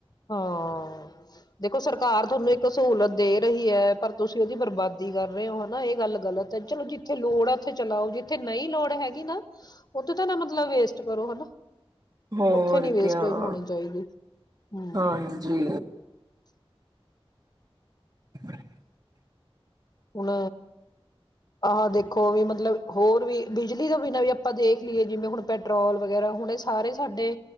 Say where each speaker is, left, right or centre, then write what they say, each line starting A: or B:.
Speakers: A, on the left; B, on the right.
A: ਹਾਂ ਦੇਖੋ ਸਰਕਾਰ ਤੁਹਾਨੂੰ ਇੱਕ ਸਹੂਲਤ ਦੇ ਰਹੀ ਹੈ ਪਰ ਤੁਸੀਂ ਉਹਦੀ ਬਰਬਾਦੀ ਕਰ ਰਹੇ ਹੋ ਹਨਾ ਇਹ ਗੱਲ ਗਲਤ ਹੈ ਚਲੋ ਜਿੱਥੇ ਲੋੜ ਹੈ ਉੱਥੇ ਚਲਾਓ ਜਿੱਥੇ ਨਹੀਂ ਲੋੜ ਹੈਗੀ ਨਾ ਉੱਥੇ ਤਾਂ ਨਾ ਮਤਲਬ ਵੇਸਟ ਕਰੋ ਹਨਾ
B: ਹੋਰ
A: ਉੱਥੇ ਨਹੀਂ ਵੇਸਟੇਜ
B: ਕਿਆ।
A: ਹੋਣੀ ਚਾਹੀਦੀ ਹਮ
B: ਹਾਂਜੀ <inaudible>
A: ਹੁਣ, ਆਹ ਦੇਖੋ ਵੀ ਮਤਲਬ ਹੋਰ ਵੀ ਬਿਜਲੀ ਤੋਂ ਬਿਨਾਂ ਵੀ ਆਪਾਂ ਦੇਖ ਲਈਏ ਜਿਵੇਂ ਹੁਣ ਪੈਟਰੋਲ ਵਗੈਰਾ ਹੁਣ ਏ ਸਾਰੇ ਸਾਡੇ